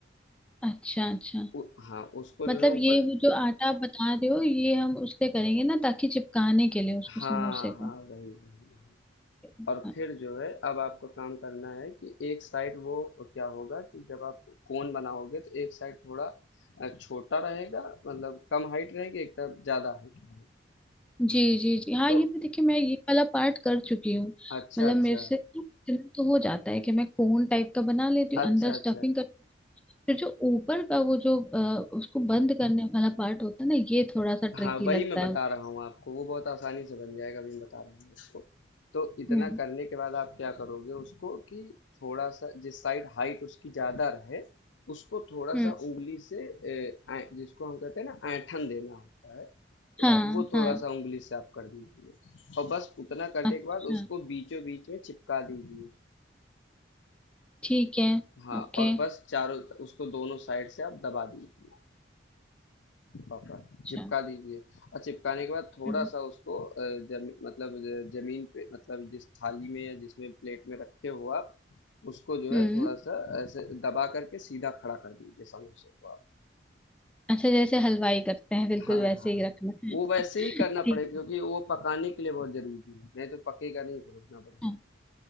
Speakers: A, in the centre; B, on the left.
A: अच्छा अच्छा
B: उ, हाँ उसको जो
A: मतलब
B: है ऊपर
A: ये वो जो आटा आप बता रहे हो ये हम उससे करेंगे ना ताकि चिपकाने के लिए उसको
B: हाँ
A: समोसे को
B: हाँ वही वही वही।
A: हाँ,
B: और फिर जो है अब आपको काम करना है कि एक साइड वो क्या होगा कि जब आप कोन बनाओगे तो एक साइड थोड़ा अ, छोटा रहेगा मतलब कम हाइट रहेगी एक तरफ ज्यादा हाइट रहेगी
A: जी जी जी हाँ
B: तो
A: ये मैं देखिए मैं ये वाला पार्ट कर चुकी हूँ
B: अच्छा
A: मतलब
B: अच्छा
A: मेरे से इतना तो हो जाता है कि मैं कोन टाइप का बना लेती हूँ
B: अच्छा
A: अंदर स्टफिंग
B: अच्छा
A: कर फिर जो ऊपर का वो जो अ, उसको बंद करने वाला पार्ट होता है ना ये थोड़ा सा ट्रिकी
B: हाँ वही
A: लगता
B: मैं बता
A: है
B: रहा हूँ आपको वो बहुत आसानी से बन जाएगा अभी मैं बता रहा हूँ आपको तो इतना
A: हम्म
B: करने के बाद आप क्या करोगे उसको कि थोड़ा सा जिस साइड हाइट उसकी ज्यादा रहे उसको थोड़ा
A: हम्म
B: सा उंगली से ए, ऐं- जिसको हम कहते हैं ना ऐंठन देना होता है तो
A: हाँ
B: वो थोड़ा
A: हाँ
B: सा उंगली से आप कर दीजिए और बस उतना करने
A: अच्छा
B: के बाद उसको बीचों बीच में चिपका दीजिए
A: ठीक है
B: हाँ
A: ओके
B: और बस चारों उसको दोनों साइड से आप दबा दीजिए पकड़
A: अच्छा
B: चिपका दीजिए और चिपकाने के बाद थोड़ा-सा
A: हम्म
B: उसको अ, जमी मतलब ज ज़मीन पे मतलब जिस थाली में या जिसमें प्लेट में रखे हो आप, उसको जो
A: हम्म
B: है थोड़ा-सा ऐसे दबा कर के सीधा खड़ा कर दीजिए समोसे को आप।
A: अच्छा जैसे हलवाई करते हैं बिल्कुल
B: हाँ,
A: वैसे
B: हाँ।
A: ही रखना है
B: वो
A: <laughs>
B: वैसे ही करना
A: ठीक
B: पड़ेगा क्योंकि वो पकाने के लिए बहुत ज़रूरी है, नहीं तो पकेगा नहीं फिर उतना बढ़िया।
A: है